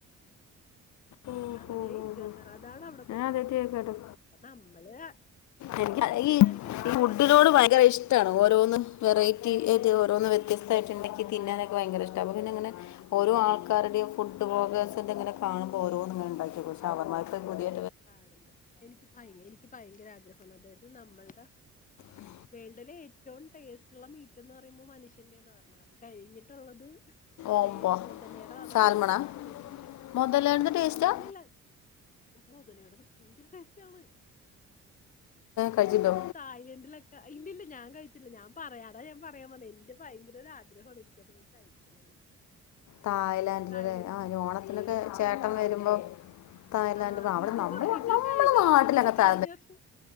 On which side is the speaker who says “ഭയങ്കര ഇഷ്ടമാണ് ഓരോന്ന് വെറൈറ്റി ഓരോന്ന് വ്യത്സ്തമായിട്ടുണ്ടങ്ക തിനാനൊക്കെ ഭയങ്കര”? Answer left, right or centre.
Left